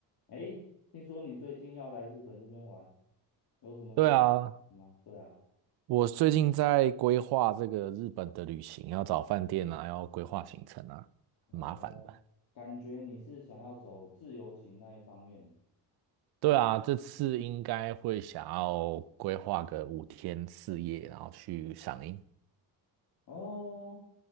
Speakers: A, on the left; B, on the right.
A: 哎，听说你最近要来日本这边玩，有什么需要帮忙吗？
B: 对啊，
A: 对啊，
B: 我最近在规划这个日本的旅行，要找饭店啊，要规划行程啊，
A: 哦，
B: 很麻烦的。
A: 感觉你是想要走自由行那一方面的。
B: 对啊，这次应该会想要规划个五天四夜，然后去赏樱。
A: 哦，